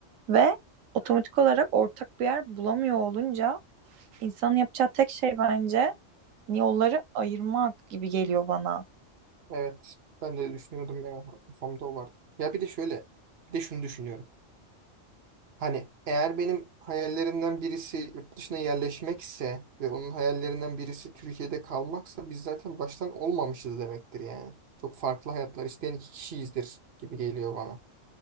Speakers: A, on the right; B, on the right.
A: ve otomatik olarak ortak bir yer bulamıyor olunca insanın yapacağı tek şey bence yolları ayırmak gibi geliyor bana.
B: Evet. Ben de düşünüyordum ya. Kafamda o vardı. Ya bir de şöyle. Bir de şunu düşünüyorum. Hani eğer benim hayallerimden birisi yurt dışına yerleşmekse ve onun hayallerinden birisi Türkiye'de kalmaksa biz zaten baştan olmamışız demektir yani. Çok farklı hayatlar isteyen iki kişiyizdir gibi geliyor bana.